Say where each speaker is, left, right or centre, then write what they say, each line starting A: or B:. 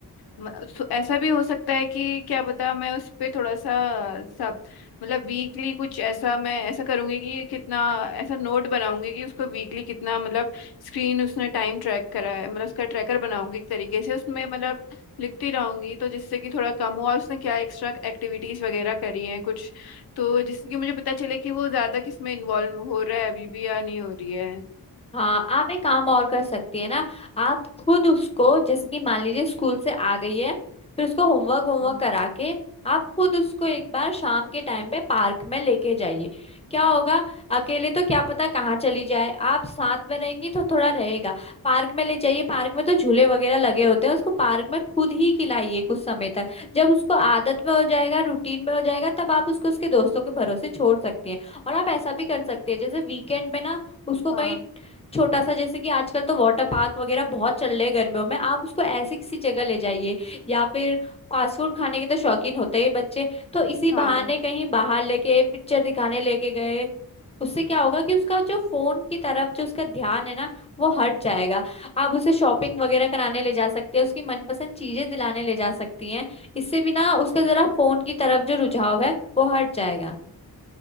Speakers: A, on the left (about 70°); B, on the left (about 15°).
A: म- सो- ऐसा भी हो सकता है कि क्या पता मैं उस पे थोड़ा सा सब मतलब वीकली कुछ ऐसा मैं ऐसा करूंगी कि कितना ऐसा नोट बनाऊंगी कि उसको वीकली कितना मतलब स्क्रीन उसने टाइम ट्रैक करा है मतलब उसका ट्रैकर बनाऊंगी एक तरीके से उसमें मतलब लिखती रहूंगी तो जिससे कि थोड़ा कम हो और उसने क्या एक्स्ट्रा एक्टिविटीज वगैरह करी हैं कुछ तो जिससे कि मुझे पता चले कि वो ज्यादा किस में इन्वॉल्व हो रहा है अभी भी या नहीं हो रही है
B: हाँ आप एक काम और कर सकती है ना आप खुद उसको जैसे कि मान लीजिए स्कूल से आ गई है फिर उसको होमवर्क होमवर्क
A: हम्म,
B: करा के आप खुद उसको एक बार शाम के टाइम पे पार्क में लेके जाइए क्या होगा अकेले तो क्या पता कहाँ चली जाए आप साथ में रहेंगी तो थोड़ा रहेगा पार्क में ले जाइए पार्क में तो झूले वगैरह लगे होते हैं उसको पार्क में खुद ही खिलाइए कुछ समय तक जब उसको आदत में हो जाएगा रूटीन में हो जाएगा तब आप उसको उसके दोस्तों के भरोसे छोड़ सकती हैं और आप ऐसा भी कर सकते हैं जैसे वीकेंड में ना उसको
A: हाँ
B: कहीं छोटा सा जैसे कि आजकल तो वाटर पार्क वगैरह बहुत चल रहे हैं गर्मियों में आप उसको ऐसी किसी जगह ले जाइए या फिर फास्ट फूड खाने के तो शौकीन होते ही बच्चे तो इसी
A: हाँ
B: बहाने कहीं बाहर लेके पिक्चर दिखाने लेके गए उससे क्या होगा कि उसका जो फोन की तरफ जो उसका ध्यान है ना वो हट जाएगा आप उसे शॉपिंग वगैरह कराने ले जा सकते हैं उसकी मनपसंद चीजें दिलाने ले जा सकती हैं इससे भी ना उसका जरा फोन की तरफ जो रुझाव है वो हट जाएगा